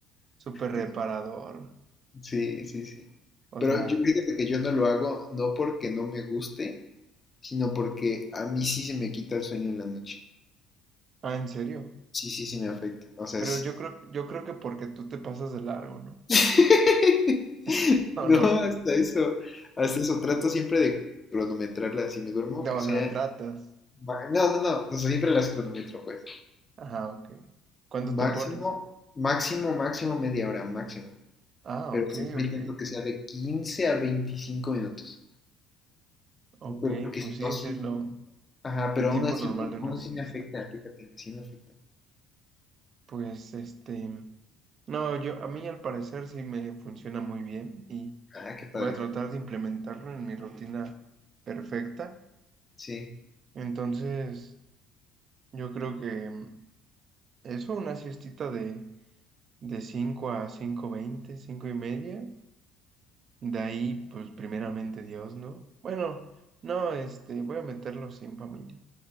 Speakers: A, on the right; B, on the left.
A: súper reparador.
B: <laughs> Sí, sí, sí.
A: O
B: Pero
A: sea,
B: yo fíjate que yo no lo hago no porque no me guste, sino porque a mí sí se me quita el sueño en la noche.
A: Ah, ¿en serio?
B: Sí, sí, sí me afecta. O sea,
A: Pero yo creo, yo creo que porque tú te pasas de largo, ¿no?
B: <laughs>
A: <laughs> ¿O
B: No,
A: no?
B: hasta eso. Hasta eso. Trato siempre de cronometrarlas. Si me duermo,
A: No,
B: que
A: o
B: sea.
A: sea, tratas.
B: ma- No, no, no. No, siempre las cronometro, pues.
A: Ajá, ok. ¿Cuándo te
B: Máximo,
A: pones?
B: máximo, máximo media hora, máximo.
A: Ah,
B: Pero
A: ok,
B: siempre
A: ok.
B: intento que sea de 15 a 25 minutos.
A: Ok,
B: No, Pero porque
A: pues
B: si
A: sí,
B: no, sí.
A: sí es lo,
B: Ajá,
A: el
B: pero
A: tiempo
B: aún así,
A: normal
B: me-
A: de una
B: aún
A: siesta.
B: así me afecta, fíjate, sí me afecta.
A: Pues este, no, yo, a mí al parecer sí me funciona muy bien y
B: Ah, qué padre.
A: voy a tratar de implementarlo en mi rutina perfecta.
B: Sí.
A: Entonces, yo creo que mm, eso, una siestita de de 5 a cinco veinte cinco y media. De ahí, pues primeramente Dios, ¿no? Bueno, no, este, voy a meterlo sin familia.